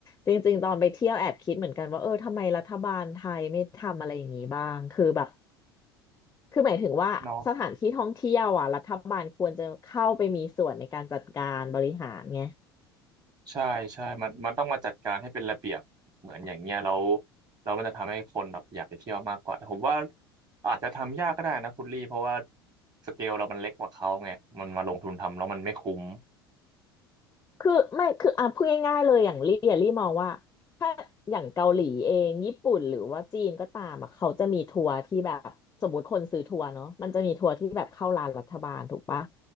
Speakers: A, on the left; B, on the right.
A: จริงๆตอนไปเที่ยวแอบคิดเหมือนกันว่าเออทำไมรัฐบาลไทยไม่ทำอะไรอย่างนี้บ้างคือแบบคือหมายถึงว่าสถานที่ท่องเที่ยวอ่ะรัฐบาลควรจะเข้าไปมีส่วนในการจัดการบริหารไง
B: เนาะ ใช่ใช่มันมันต้องมาจัดการให้เป็นระเบียบเหมือนอย่างเงี้ยแล้วแล้วมันจะทำให้คนแบบอยากไปเที่ยวมากกว่าแต่ผมว่าอาจจะทำยากก็ได้นะคุณลี่เพราะว่าสเกลเรามันเล็กกว่าเขาไงมันมาลงทุนทำแล้วมันไม่คุ้ม
A: คือไม่คืออ่ะพูดง่ายๆเลยอย่างลี่อะลี่มองว่าถ้าอย่างเกาหลีเองญี่ปุ่นหรือว่าจีนก็ตามอ่ะเขาจะมีทัวร์ที่แบบสมมติคนซื้อทัวร์เนาะมันจะมีทัวร์ที่แบบเข้าร้านรัฐบาลถูกปะ